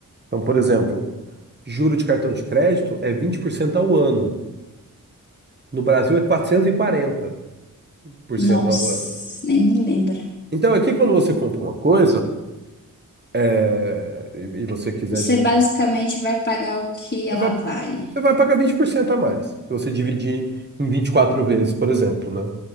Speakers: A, on the right (about 30°); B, on the left (about 30°).
A: Então, por exemplo, juro de cartão de crédito é 20% ao ano. No Brasil é quatrocentos e quarenta por cento
B: Nossa,
A: ao ano.
B: nem me lembra.
A: Então, aqui, quando você compra uma coisa, é, e, e você quiser
B: Você
A: dividir,
B: basicamente vai pagar o que ela
A: você vai,
B: vale.
A: você vai pagar 20% a mais, se você dividir em 24 vezes, por exemplo, né?